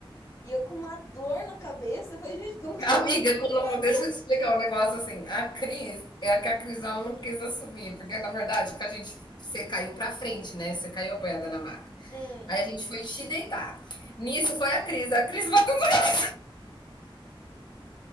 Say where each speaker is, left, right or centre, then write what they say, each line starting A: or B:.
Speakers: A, on the left; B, on the left.
A: e eu com uma dor na cabeça. Eu Falei, gente, como que
B: <laughs>
A: eu
B: Amiga, colocou,
A: abri?
B: deixa eu te explicar um negócio assim. A Cris, é a que a Cris ela não quis assumir, porque na verdade que a gente você caiu para frente, né? Você caiu apoiada na maca.
A: Hum.
B: Aí a gente foi te deitar. Nisso foi a Cris. A Cris bateu a